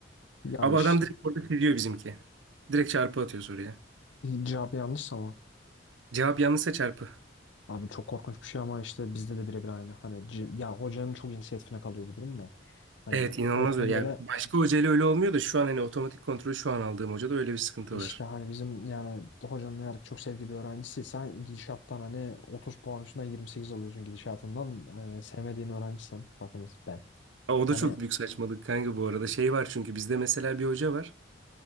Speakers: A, on the left; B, on the right.
A: Ya
B: Abi
A: işte
B: adam direkt orada çiziyor bizimki. Direkt çarpı atıyor soruya.
A: cevabı yanlış ama
B: Cevap yanlışsa çarpı.
A: abi çok korkunç bir şey ama işte bizde de birebir aynı. Hani c- ya hocanın çok inisiyatifine kalıyor bu durum da. Hani
B: Evet inanılmaz
A: hocanın
B: öyle.
A: böyle
B: Yani başka hocayla öyle olmuyor da şu an hani otomatik kontrolü şu an aldığım hocada öyle bir sıkıntı
A: işte
B: var.
A: hani bizim yani hocanın eğer çok sevdiği bir öğrencisiyse gidişattan hani 30 puan üstünden 28 alıyorsun gidişatından. Hani sevmediğin öğrencisem bakınız ben.
B: Aa, O
A: Hani
B: da çok büyük saçmalık kanka bu arada. Şey var çünkü bizde mesela bir hoca var.